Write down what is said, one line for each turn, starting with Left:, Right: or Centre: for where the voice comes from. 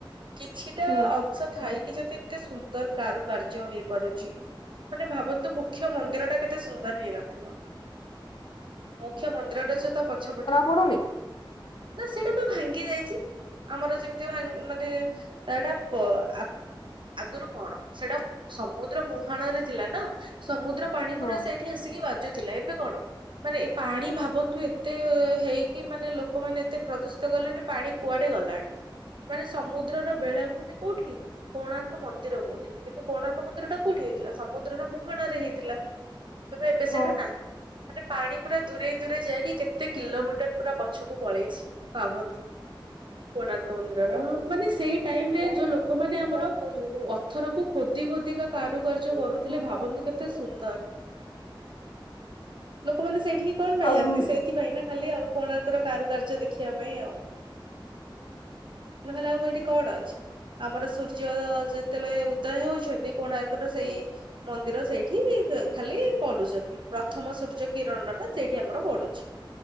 Right: କିଛିଟା
Left: ହୁଁ।
Right: ଅର୍ଥ ଥାଇ କିି ଯଦି ଏତେ ସୁନ୍ଦର କାରୁକାର୍ଯ୍ୟ ହେଇପାରୁଛି। ମାନେ ଭାବନ୍ତୁ ମୁଖ୍ୟ ମନ୍ଦିର ଟା କେତେ ସୁନ୍ଦର ହେଇନଥିବ। ମୁଖ୍ୟ ମନ୍ଦିରଟା ତା ପଛପଟେ
Left: ପୁଡୁନି।
Right: ନା ସେଇଟା ପା ଭାଙ୍ଗି ଯାଇଛି ଆମର ଯେମିତି ଭା ମାନେ ସେଇଟା ପ ଆ ଆଗରୁ କଣ ସେଟା ସମୁଦ୍ର ମୁହାଣ ରେ ଥିଲା ନା? ସମୁଦ୍ର ପାଣି ପୁରା
Left: ହଁ
Right: ସେଇଠି ଆସିକି ବାଜୁ ଥିଲା ଏବେ କଣ ମାନେ ଏ ପାଣି ଭାବନ୍ତୁ ଏତେ ହେଇକି ମାନେ ଲୋ ଲୋକମାନେ ଏତେ ପ୍ରଦୂଷିତ ଗଲେଣି ପାଣି କୁଆଡେ ଗଲାଣି। ମାନେ ସମୁଦ୍ରର ବେଳାଭୂମି କୋଉଠି କୋଣାର୍କ ମନ୍ଦିର କୋଉଠି। କିନ୍ତୁ କୋଣା ମନ୍ଦିର କୋଉଠି ହେଇଥିଲା ସମୁଦ୍ର ଟା କୋଉଠି ହେଇଥିଲା ସମୁଦ୍ରର ମୁହାଡରେ ହେଇଥିଲା। ତ ଏବେ ସେଇଟା
Left: ହଁ
Right: ନାହିଁ ମାନେ ପାଣି ପୁରା ଦୂରେଇ ଦୂରେ ଯାଇକି କେତେ କିଲୋମିଟର ପୁରା ପଛକୁ ପଳେଇଛି ଭାବନ୍ତୁ? କୋଣାର୍କ ମନ୍ଦିର ର ମାନେ ସେଇ ଟାଇରେ ଯୋଉ ଲୋକମାନେ ଆମର ପଥରକୁ ଖୋ <unintelligible> କାରୁକାର୍ଯ୍ୟ କରୁଥିଲେ ଭାବନ୍ତୁ। କେତେ ସୁନ୍ଦର ଲୋକମାନେ ସେ ଠିକେ କଣ ପାଇଁଯାନ୍ତି
Left: ଆଉ
Right: ସେଇଥିପାଇଁ ନା ଖାଲି ଆଉ କୋଣାର୍କର କାରୁକାର୍ଯ୍ୟ ଦେଖିବା ପାଇଁ ଆଉ। ନହେଲେ ଆଉ ହେଟି କଣ ଅଛି। ଆମର ସୂର୍ଯ୍ୟ ଯେତେବେଳେ ଉଦୟ ହଉଛନ୍ତି କୋଣାର୍କର ସେଇ ମନ୍ଦିର ସେଇଠି ଖ-ଖାଲି ପଡୁଛନ୍ତି। ପ୍ରଥମ ସୂର୍ଯ୍ୟ କିରଣ ଟା ସେଇଠି ଆମର ପଡୁଛି